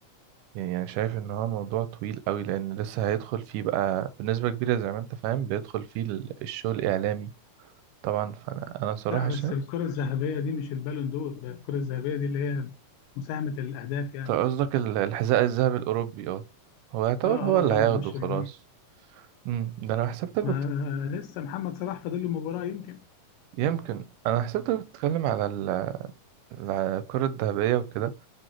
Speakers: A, on the right; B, on the left.
A: يعني انا شايف ان هو موضوع طويل قوي لان لسه هيدخل فيه بقى بنسبة كبيرة زي ما انت فاهم بيدخل فيه ال- الشغل الاعلامي طبعا فانا انا صراحة
B: لا بس
A: شايف
B: الكره الذهبيه دي مش البالون دور ده الكره الذهبيه دي اللي هي مساهمه الاهداف يعني
A: أنت قصدك ال- الحذاء الذهبي الاوروبي اه هو يعتبر
B: اه اه
A: هو اللي هياخده
B: اه مش
A: خلاص
B: البالون
A: امم ده انا حسبتك
B: ما لسه محمد صلاح فاضل له مباراة يمكن
A: يمكن انا حسبتك بتتكلم على ال- على الكرة الذهبية وكده